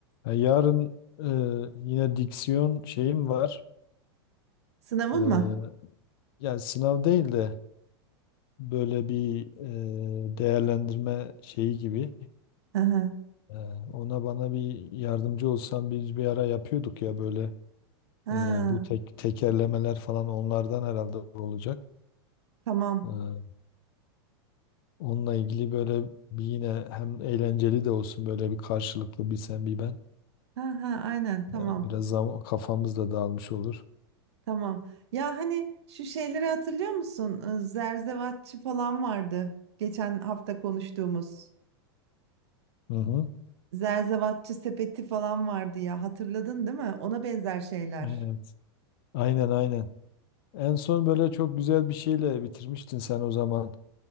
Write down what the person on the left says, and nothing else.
Ya yarın e, yine diksiyon şeyim var.
E,
yani sınav değil de böyle bir e, değerlendirme şeyi gibi.
E, ona bana bir yardımcı olsan biz bir ara yapıyorduk ya böyle
e, bu tek, tekerlemeler falan onlardan herhalde olacak.
E, onunla ilgili böyle bir yine hem eğlenceli de olsun böyle bir karşılıklı bir sen bir ben.
E, biraz zam- kafamız da dağılmış olur.
Hı hı.
Evet. Aynen aynen. En son böyle çok güzel bir şeyle bitirmiştin sen o zaman.